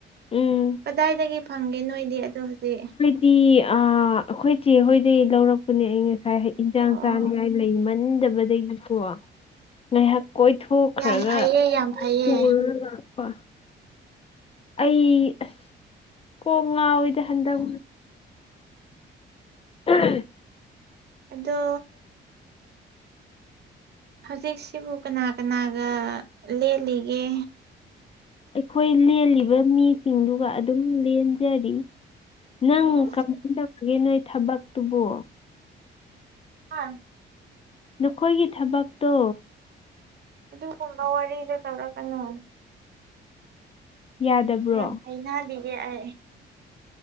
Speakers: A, on the left; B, on the right.
A: ꯎꯝ
B: ꯀꯗꯥꯏꯗꯒꯤ ꯐꯪꯒꯦ ꯅꯣꯏꯗꯤ ꯑꯣ ꯍꯧꯖꯤꯛ
A: ꯇꯤ ꯑꯩꯈꯣꯏꯆꯦ ꯍꯣꯏꯗꯤ ꯂꯧꯔꯛ ꯅꯦ ꯑꯩ ꯉꯁꯥꯏ ꯏꯟꯖꯥꯡ
B: ꯑꯣ
A: ꯆꯥꯅꯤꯡꯉꯥꯏ ꯂꯩꯃꯟꯗꯕꯗꯒꯤꯀꯣ ꯉꯥꯏꯍꯥꯛ ꯀꯣꯏꯊꯣꯛꯈ꯭ꯔꯒ
B: ꯌꯥꯝ ꯐꯩꯌꯦ ꯌꯥꯝ ꯐꯩꯌꯦ
A: ꯄꯨꯔ ꯂꯥꯛꯄ ꯑꯩ ꯑꯁ ꯀꯣꯛ ꯉꯥꯎꯋꯏꯗ ꯍꯟꯗꯛ ꯎꯝ
B: ꯑꯗꯣ ꯍꯧꯖꯤꯛꯁꯤꯕꯨ ꯀꯅꯥ ꯀꯅꯥꯒ ꯂꯦꯜꯂꯤꯒꯦ
A: ꯑꯩꯈꯣꯏ ꯂꯦꯜꯂꯤꯕ ꯃꯤꯁꯤꯡꯗꯨꯒ ꯑꯗꯨꯝ ꯂꯦꯟꯖꯔꯤ ꯅꯪ
B: ꯑꯣ
A: ꯀꯃꯥꯏꯅ ꯇꯧꯔꯒꯦ ꯅꯣꯏ ꯊꯕꯛꯇꯨꯕꯣ
B: ꯑꯥ
A: ꯅꯈꯣꯏꯒꯤ ꯊꯕꯛꯇꯣ
B: ꯑꯗꯨꯒꯨꯝꯕ ꯋꯥꯔꯤꯗ ꯇꯧꯔꯛꯀꯅꯨ
A: ꯌꯥꯗꯕ꯭ꯔꯣ
B: ꯌꯥꯝ ꯍꯩꯅꯕꯤꯒꯦ ꯑꯩ